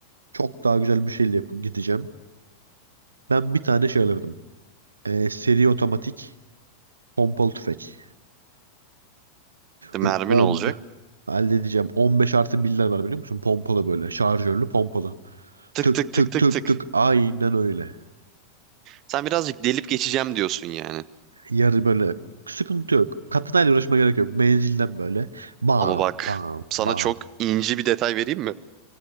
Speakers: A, on the right; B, on the right.
A: çok daha güzel bir şeyle yapıp gideceğim. Ben bir tane şey alırdım. Ee, seri otomatik pompalı tüfek.
B: De mermin
A: Böyle 10
B: olacak.
A: halledeceğim. 15 artı birler var biliyor musun? Pompalı böyle. Şarjörlü pompalı.
B: Tık
A: Tık
B: tık tık
A: tık
B: tık
A: tık
B: tık.
A: tık. Aynen öyle.
B: Sen birazcık delip geçeceğim diyorsun yani.
A: Yarı böyle sıkıntı yok. Katana ile uğraşmaya gerek yok. Menzilden böyle. Bam
B: Ama bak
A: bam
B: sana
A: bam
B: çok ince bir detay vereyim mi?